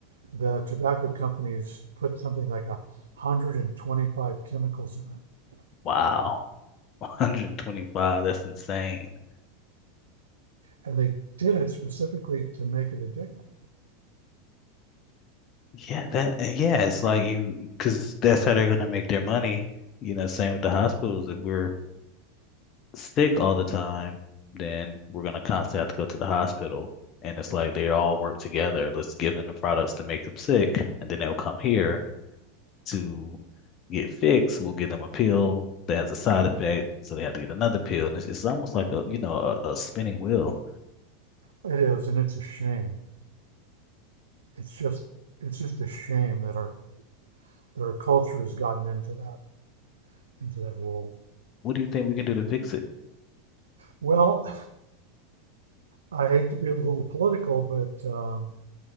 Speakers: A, on the right; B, on the left.
A: the tobacco companies put something like a 125 chemicals in it.
B: Wow. <laughs> 125. That's insane.
A: And they did it specifically to make it addicting.
B: Yeah, that yeah, it's like you because that's how they're gonna make their money. You know, same with the hospitals. If we're sick all the time, then we're gonna constantly have to go to the hospital. And it's like they all work together. Let's give them the products to make them sick, and then they'll come here to get fixed. We'll give them a pill that has a side effect, so they have to get another pill. And it's, it's almost like a you know a, a spinning wheel.
A: It is, and it's a shame. It's just it's just a shame that our that our culture has gotten into that into that role.
B: What do you think we can do to fix it?
A: Well, I hate to be a little political, but uh,